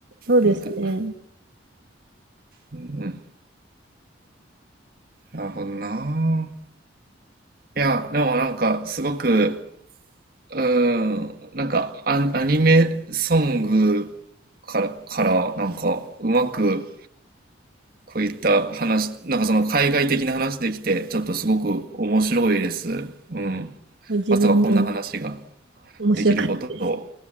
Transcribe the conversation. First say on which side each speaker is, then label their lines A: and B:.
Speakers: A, on the right (about 70°); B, on the right (about 50°).
A: そうですね。
B: なんか。うん。なるほどな。いや、でもなんか、すごく、うーん、なんかア、アニメソングから、から、なんか、うまく、こういった話、なんかその海外的な話できて、ちょっとすごく面白いです。うん。
A: 自分も
B: まさかこんな話が。
A: 面白かったです。
B: できることを